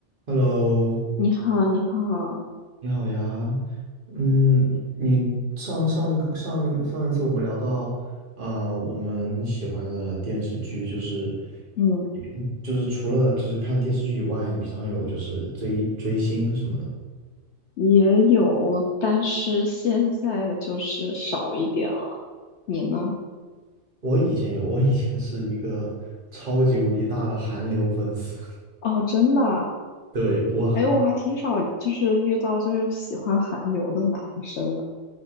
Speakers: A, on the right (about 40°); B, on the left (about 65°).
A: Hello，
B: 你好，你好，
A: 你好呀。嗯，你上上个上上一次我们聊到，啊、我们喜欢的电视剧就是，
B: 嗯，
A: 你平就是除了就是看电视剧以外，你平常有就是追追星什么的。
B: 也有，但是现在就是少一点了。你呢？
A: 我以前有，我以前是一个超级无敌大的韩流粉丝。
B: 哦，真的啊？
A: <laughs> 对，我很，
B: 哎，我还挺少，就是遇到就是喜欢韩流的男生的。